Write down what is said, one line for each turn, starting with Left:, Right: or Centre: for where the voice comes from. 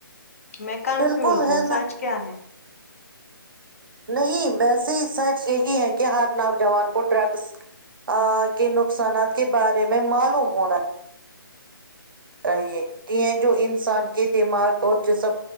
Left: میں کنفیوز
Right: بالکل
Left: ہوں
Right: ہے نا
Left: سچ کیا ہے
Right: نہیں ویسے سچ یہی ہے کہ ہر نوجوان کو ڈرگس کے نقصانات کے بارے میں معلوم ہونا چاہیےتی ہیں جو انسان کے دماغ اور جسم